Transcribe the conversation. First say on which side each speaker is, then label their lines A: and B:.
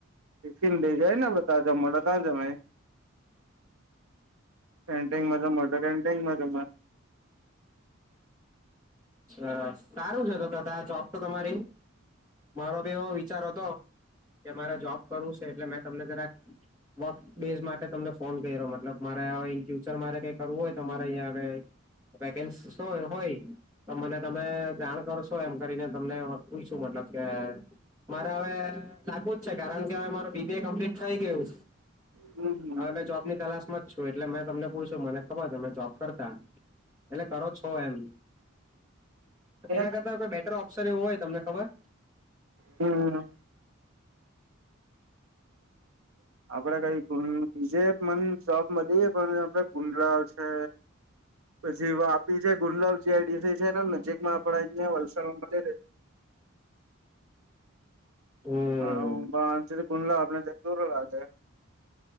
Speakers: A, on the right; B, on the right.
A: ટિફિન લઇ જાય ને આપડે તાજા મળ જમા કેન્ટંગમાં જમ તો કેન્ટંગમાં જ
B: સારું છે તો ત જોબ તો તમારી મારો એવો વિચાર હતો કે મારે જોબ કરવું છે એટલે મે તમે જરા વર્ક બેઝ માટે તમને ફોન કર્યો મતલબ મારે ઇન ફ્યુચર મારે કઈ કરવું હોય તો મારે અહીંયા આગ વેકન્સ સોય હોય તો મને તમે જાણ કરશો એમ કરીને તમને પૂ શું મતલબ મારે હવે લાગું જ છે કારણ કે હવે માર બીબી એ કમ્પ્લીટ થઈ ગયું
A: હમ હમ
B: હવે મે જોબની તલાશમાં શું એટલે મેં તમને પૂછું મને ખબર મેં જોબ કરતા એટલે કરો છો એમ
A: <unintelligible> એ
B: એના કરતા કોઈ બેટર ઓપ્શન એવું હોય તમને ખબર
A: હમ <inaudible> આપડે કઈ બીજે મન જોબ મળીએ પણ આપડ ગુંડરાવ છે પછી વાપી છે ગુલબ જેસી છે ને નજીકમાં આપ વલસાડમાં જ ર
B: હમ
A: હ ગુલા આપડે જતો લયોૂ આજે